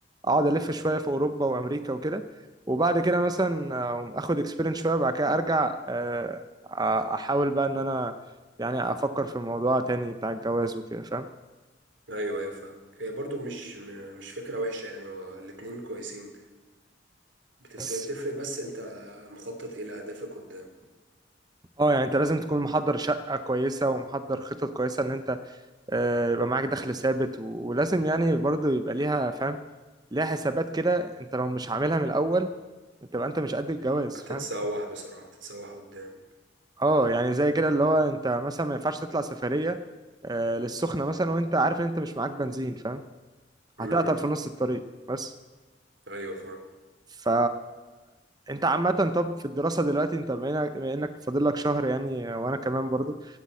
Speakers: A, on the right; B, on the right.
A: أقعد ألف شوية في أوروبا وأمريكا وكده وبعد كده مثلا آه، آخد إكسبيرينس شوية وبعد كده أرجع آه، أ- أحاول بقى إن أنا يعني أفكر في الموضوع تاني بتاع الجواز وكده فاهم
B: ايوه ايوه فاهم هي برضو مش م- مش فكره وحشه يعني هو الاتنين كويسين بتفت-
A: بس
B: بتفرق بس انت مخطط ايه لاهدافك قدام
A: اه يعني انت لازم تكون محضر شقة كويسة ومحضر خطط كويسة ان انت آه، يبقى معاك دخل ثابت و- ولازم يعني برضه يبقى ليها فاهم ليها حسابات كده انت لو مش عاملها من الاول تبقى انت مش قد الجواز
B: هتتسوح
A: فاهم
B: بصراحه هتتسوح قدام
A: اه يعني زي كده اللي هو انت مثلا ما ينفعش تطلع سفرية آه، للسخنة مثلا وانت عارف ان انت مش معاك بنزين فاهم
B: امم
A: هتعطل في نص الطريق بس
B: ايوه فاهم
A: ف انت عامة طب في الدراسة دلوقتي انت بما انك بما إنك فاضل لك شهر يعني وانا كمان برضه